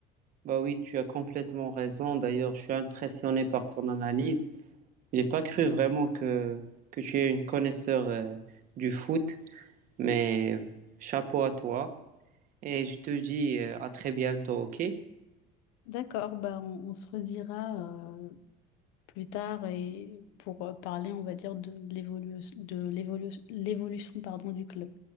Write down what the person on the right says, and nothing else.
bah oui, tu as complètement raison. D'ailleurs, je suis impressionné par ton analyse. J'ai pas cru vraiment que, que tu es une connaisseur euh, du foot, mais chapeau à toi. Et je te dis euh, à très bientôt, ok?